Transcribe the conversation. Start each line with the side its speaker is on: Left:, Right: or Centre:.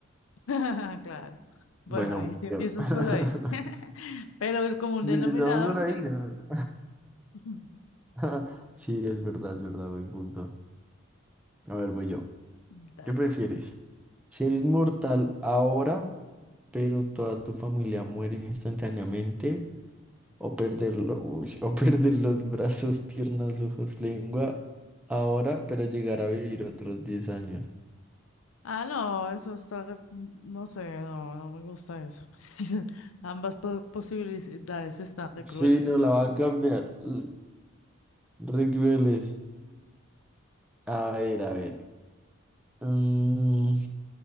Left: <laughs> Claro. Bueno,
Centre: Bueno,
Left: ahí sí empiezas
Centre: yo. <laughs>
Left: por ahí. <laughs> Pero el común
Centre: Si
Left: denominador,
Centre: empezamos por
Left: sí.
Centre: ahí ya.
Left: <laughs>
Centre: <laughs> Sí, es verdad, es verdad, buen punto. A ver, voy yo.
Left: Dale
Centre: ¿Qué prefieres?
Left: pues.
Centre: ¿Ser inmortal ahora, pero toda tu familia muere instantáneamente? ¿O perderlo, uy, <laughs> o perder los brazos, piernas, ojos, lengua ahora, pero llegar a vivir otros 10 años?
Left: Ah, no, eso está, re- no sé, no, no me gusta eso. <laughs> Ambas po- posibilidades están re crueles.
Centre: Sí, no la va a cambiar. l- Re crueles. A ver, a ver. Mm,